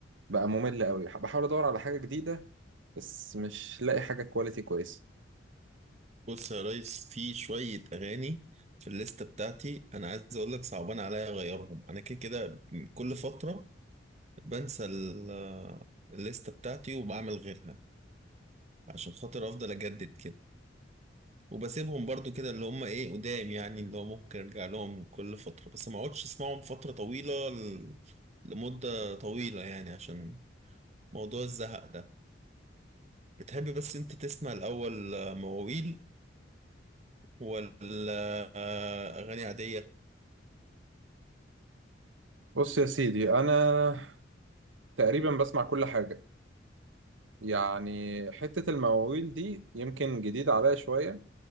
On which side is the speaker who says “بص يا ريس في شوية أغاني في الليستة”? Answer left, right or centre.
Right